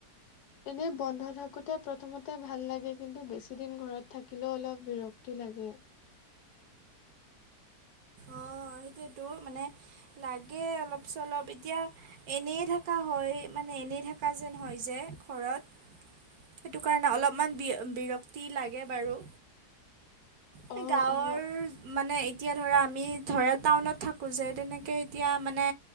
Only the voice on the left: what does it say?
এনে বন্ধ থাক- কোতে প্ৰথমতে ভাল লাগে কিন্তু বেছি দিন ঘৰত থাকিলেও অলপ বিৰক্তি লাগে।
অ
অ